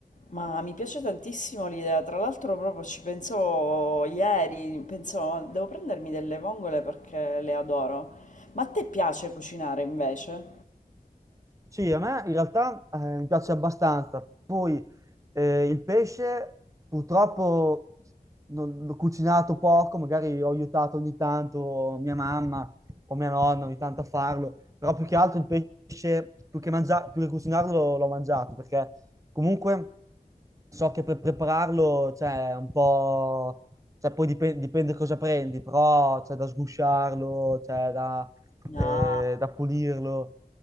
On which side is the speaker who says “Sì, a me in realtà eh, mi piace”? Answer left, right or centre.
Right